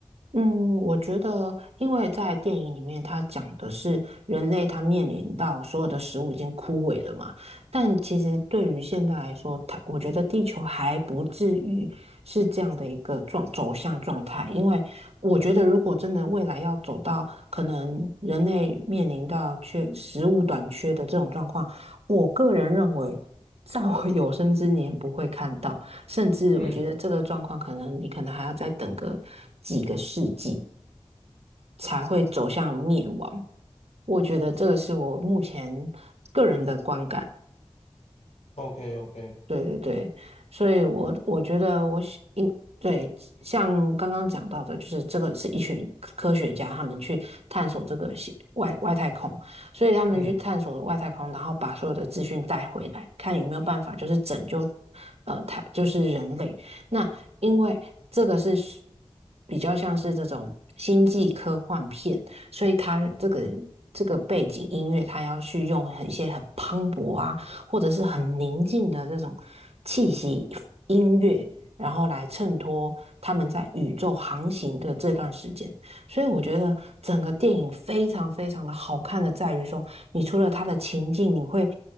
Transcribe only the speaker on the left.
嗯
，OK OK，
嗯